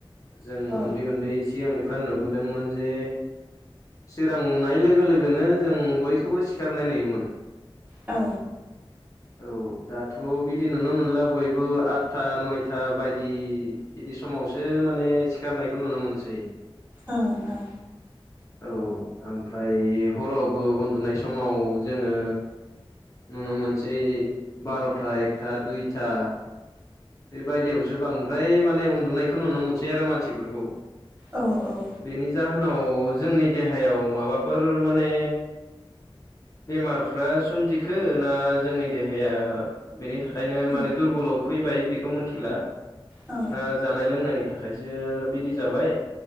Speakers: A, on the left; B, on the right.
A: जों
B: औ
A: उन्दै उन्दै सिगांनि फ्रा नुबोदोंमोन जे सोरांनाय लोगो लोगोनो जों बयखौबो सिखारनाय नुयोमोन
B: औ
A: औ दाथ' बिदि नुनो मोनला बयबो आदथा नय था बायदि बिदि समावसो माने सिखारनायखौ नुनो मोनसै
B: औ औ
A: औ ओमफ्राय हरावबो उन्दुनाय समाव जोङो नुनो मोनसै बार'था एकथा दुइथा बेबायदियावसो बांद्राय माने उन्दुनायखौ नुनो मोनसै आरो मानसिफोरखौ
B: औ औ
A: बेनि जाहोनाव जोंनि देहायाव माबाफोर माने बेमारफ्रा सोमजिखो ना जोंनि देहाया बेनि थाखायनो
B: उम
A: माने दुरबलाव फैबाय बेखौ मोनथिला
B: औ
A: ना जानाय लोंनायनि थाखायसो बिदि जाबाय